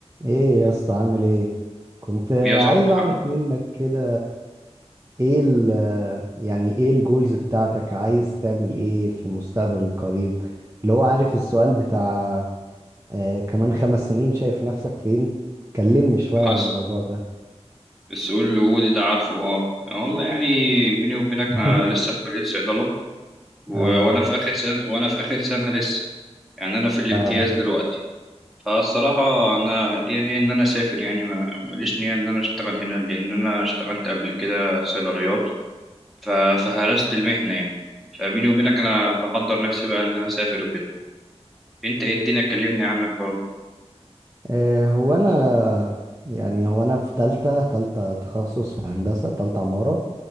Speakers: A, on the right; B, in the centre.
A: ايه يا اسطى عامل ايه كنت
B: يا صاحبي
A: عايز اعرف
B: حمد
A: منك كده ايه ال يعني ايه الجولز بتاعتك عايز تعمل ايه في المستقبل القريب اللي هو عارف السؤال بتاع آه كمان خمس سنين شايف نفسك فين كلمني شوية
B: خلاص
A: على الموضوع ده
B: السؤال الوجودي ده عارفه اه آه، والله يعني بيني وبينك
A: <laughs>
B: انا لسه في كلية صيدلة و...
A: آه,
B: وانا في اخر سنة وانا في اخر سنة لسه يعني انا في الامتياز
A: آه,
B: دلوقتي فالصراحة انا ليا نية ان انا اسافر يعني ما ماليش نية ان انا اشتغل هنا لان انا اشتغلت قبل كده صيدليات ف... فهرست المهنة يعني فبيني وبينك انا بحضر نفسي بقى ان انا اسافر وكده انت ايه الدنيا كلمني عنك برضه
A: آه هو انا يعني هو انا في تالتة تالتة تخصص في هندسة تالتة عمارة